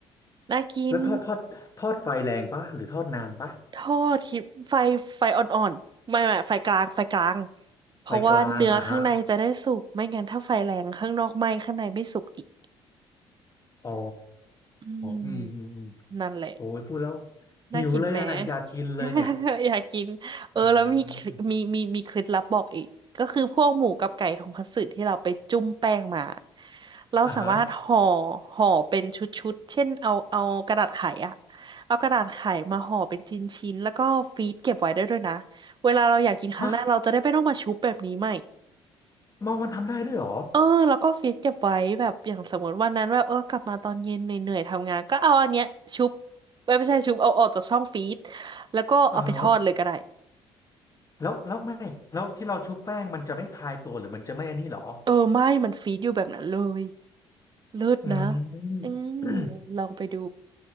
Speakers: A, on the right (about 35°); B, on the left (about 25°).
A: น่ากิน
B: แล้วทอดทอดทอดไฟแรงปะหรือทอดนานปะ
A: ทอดคิดไฟไฟอ่อนๆไม่ไม่ไฟกลางไฟกลางเพราะว่าเนื้อข้างในจะได้สุกไม่งั้นถ้าไฟแรงข้างนอกไหม้ข้างในไม่สุกอีก
B: ไฟกลางอ่ะฮะอ๋อ
A: อืม
B: อืมอืมอืม
A: นั่นแหละ
B: โอ้ยพูดแล้วหิวเลยอ่ะอยากกินเลยเนี่ย
A: น่ากินแหม <laughs> อยากกินเออแล้วมี
B: อืม
A: มีมีมีเคล็ดลับบอกอีกก็คือพวกหมูกับไก่ทงคัตสึที่เราไปจุ่มแป้งมาเราสามารถห่อ
B: อ่ะฮะ
A: ห่อเป็นชุดๆเช่นเอาเอากระดาษไขอะเอากระดาษไขมาห่อเป็นชิ้นๆแล้วก็ฟรีซเก็บไว้ได้ด้วยนะเวลาเราอยากกินครั้งหน้าเราจะได้ไม่ต้องมาชุบแบบนี้ใหม่
B: ฮะมอมันทำได้ด้วยเหรอ
A: เออแล้วก็ฟีดเก็บไว้แบบอย่างสมมติวันนั้นว่าเออกลับมาตอนเย็นเหนื่อยๆทำงานก็เอาอันเนี้ยชุบไม่ไม่ใช่ชุบเอาออกจากช่องฟีดแล้วก็เอาไปทอดเลยก็ได้
B: อ่ะฮะแล้วแล้วไม่แล้วที่เราชุบแป้งมันจะไม่คลายตัวหรือมันจะไม่อันนี้เหรอ
A: เออไม่มันฟีดอยู่แบบนั้นเลยเลิศนะ
B: อืม
A: อืมลองไปดู